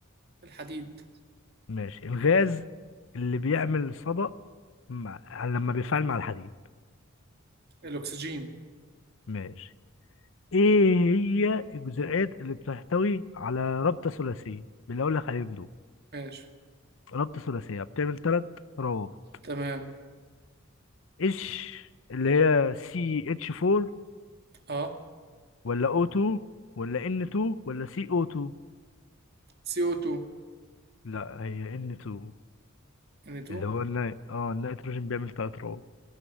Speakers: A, on the right; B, on the left.
A: الحديد
B: ماشي الغاز اللي بيعمل صدأ مع... لما بيفعل مع الحديد
A: الاكسجين
B: ماشي ايه هي الجزيئات اللي بتحتوي على رابطة ثلاثية باللي اقول لك عليهم دول
A: ماشي
B: رابطة ثلاثية بتعمل ثلاث روابط
A: تمام
B: ايش اللي هي سي اتش 4
A: اه
B: ولا او 2 ولا ان 2 ولا سي او 2
A: CO2
B: لا هي ان 2
A: N2
B: اللي هو الني... اه النيتروجين بيعمل ثلاث روابط